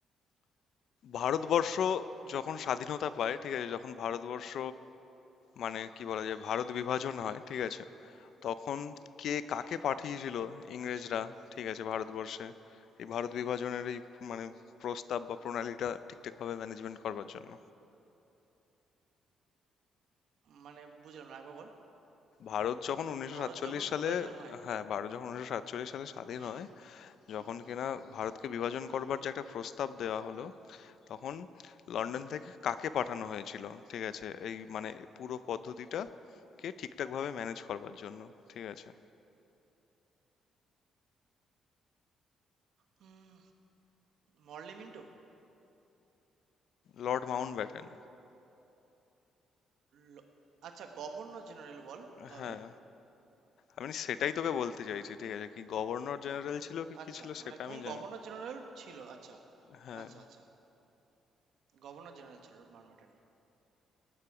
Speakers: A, on the left; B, on the right.
A: ভারতবর্ষ যখন স্বাধীনতা পায়, ঠিক আছে?
B: হুম,
A: যখন
B: হুম।
A: ভারতবর্ষ মানে কি বলা যায় ভারত বিভাজন হয়, ঠিক আছে? তখন কে কাকে পাঠিয়েছিল ইংরেজরা,
B: আচ্ছা।
A: ঠিক আছে, ভারতবর্ষে এই ভারত বিভাজনের এই মানে প্রস্তাব বা প্রণালীটা ঠিকঠাকভাবে ম্যানেজমেন্ট করবার জন্য।
B: মানে বুঝলাম না। আরেকবার বল।
A: ভারত যখন উনিশশো
B: ভারত
A: সাতচল্লিশ
B: যখন
A: সালে
B: বিভাজন হয়
A: হ্যাঁ ভারত যখন উনিশশো সাতচল্লিশ সালে স্বাধীন
B: হুম,
A: হয়
B: হুম,
A: যখন
B: হুম,
A: কিনা ভারতকে বিভাজন
B: হুম,
A: করবার
B: হুম।
A: যে একটা প্রস্তাব দেওয়া হলো তখন লন্ডন থেকে কাকে পাঠানো হয়েছিল ঠিক আছে এই মানে পুরো পদ্ধতিটা কে ঠিকঠাকভাবে ম্যানেজ করবার জন্য ঠিক আছে
B: হুম, মরলি মিন্টো?
A: Lord Mountbatten
B: ল আচ্ছা, গভর্নর জেনারেল বল তাহলে।
A: হ্যাঁ আমি সেটাই তোকে বলতে
B: হ্যাঁ।
A: চাইছি ঠিক আছে কি গভর্নর জেনারেল ছিল কি কি
B: আচ্ছা,
A: ছিল সেটা
B: মানে
A: আমি
B: কোন
A: জানি
B: গভর্নর জেনারেল ছিল? আচ্ছা।
A: হ্যাঁ
B: আচ্ছা, আচ্ছা। গভর্নর জেনারেল ছিল লর্ড মারমোন্ট।